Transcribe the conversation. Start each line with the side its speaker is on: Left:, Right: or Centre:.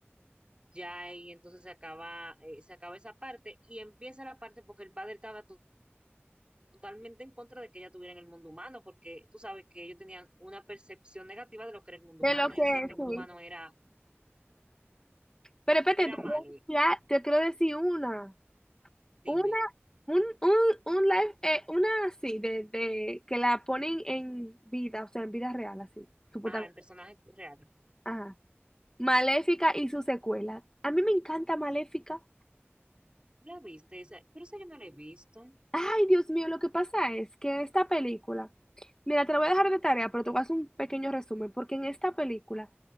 Right: ya ahí entonces se acaba, eh, se acaba esa parte y empieza la parte porque el padre estaba to- totalmente en contra de que ella estuviera en el mundo humano, porque tú sabes que ellos tenían una percepción negativa de lo que era el mundo
Left: de
Right: humano.
Left: lo que
Right: Ellos decían que el
Left: sí.
Right: mundo humano era,
Left: Pero espérate,
Right: que era
Left: te quiero,
Right: malo
Left: ya, te quiero decir una.
Right: Dime.
Left: Una, un, un, un live, eh, una así, de, de que la ponen en vida, o sea, en vida real, así, supuestamente.
Right: Ah, en personaje real.
Left: Ajá. Maléfica y su secuela. A mí me encanta Maléfica.
Right: ¿La viste? Esa- Pero esa yo no la he visto.
Left: Ay, Dios mío, lo que pasa es que esta película, mira, te la voy a dejar de tarea, pero te voy a hacer un pequeño resumen, porque en esta película